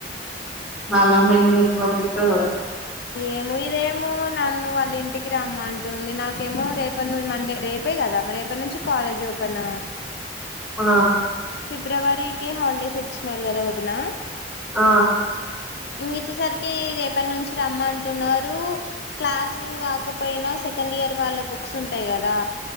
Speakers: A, in the centre; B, on the left.
A: అల్లమ్మ అన్నింటికి పంపితదో
B: ఏమో ఇదేమో నన్ను వాళ్ళ ఇంటికి రామంటుంది నాకేమో రేప మండే రేపే కదా రేప నుంచి కాలేజ్ ఓపెన్ ఉ
A: ఆ
B: ఫిబ్రవరికి హాలిడేస్ ఇచ్చినారు కదా వదిన
A: ఆ
B: ఇంగిచ్చేసరికి రేపటి నుంచి రమ్మంటున్నారు క్లాస్లు కాకపోయినా సెకండియర్ వాళ్ళ బుక్స్ ఉంటాయి కదా